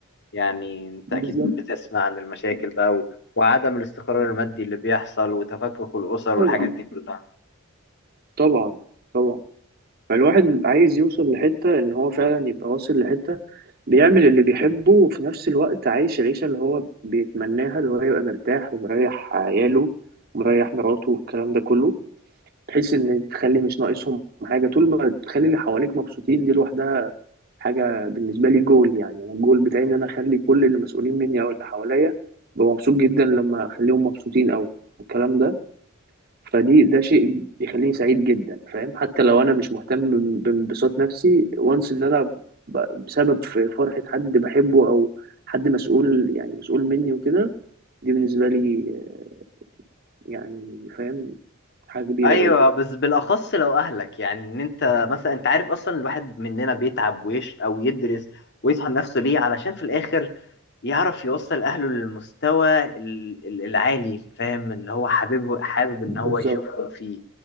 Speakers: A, on the left; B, on the right.
A: يعني انت
B: بالظبط
A: اكيد بتسمع عن المشاكل بقى و... وعدم الاستقرار المادي اللي بيحصل وتفكك الاسر
B: طبعا
A: والحاجات دي كلها
B: طبعا طبعا فالواحد عايز يوصل لحتة ان هو فعلا يبقى واصل لحتة بيعمل اللي بيحبه وفي نفس الوقت عايش العيشة اللي هو بيتمناها اللي هو يبقى مرتاح ومريح عياله ومريح مراته والكلام ده كله بحيث ان تخلي مش ناقصهم حاجة طول ما تخلي اللي حواليك مبسوطين دي لوحدها حاجة بالنسبة لي جول يعني انا الجول بتاعي ان انا اخلي كل اللي مسؤولين مني او اللي حواليا ببقى مبسوط جدا لما اخليهم مبسوطين او الكلام ده فدي ده شيء بيخليني سعيد جدا فاهم حتى لو انا مش مهتم ب- بانبساط نفسي وانس ان انا ب- بسبب في فرحة حد بحبه او حد مسؤول يعني مسؤول مني وكده دي بالنسبة لي آه، يعني فاهم حاجة كبيرة
A: ايوه
B: قوي
A: بس بالاخص لو اهلك يعني ان انت مثلا انت عارف اصلا الواحد مننا بيتعب ويش او يدرس ويطحن نفسه ليه علشان في الاخر يعرف يوصل اهله للمستوى ال- ال- العالي فاهم اللي هو حاببه حابب ان هو
B: بالظبط
A: يشوفهم فيه